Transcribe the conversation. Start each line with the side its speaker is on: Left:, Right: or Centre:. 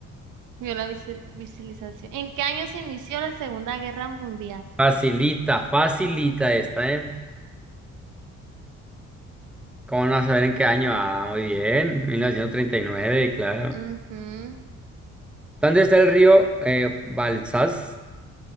Right: vio la visi- visualización. ¿En qué año se inició la Segunda Guerra Mundial?
Centre: <laughs> Facilita, facilita esta, ¿eh? ¿Cómo no vas a saber en qué año? Ah, muy bien. mil novecientos treinta y nueve claro.
Right: Ujú,
Centre: ¿Dónde está el río eh, Balsas?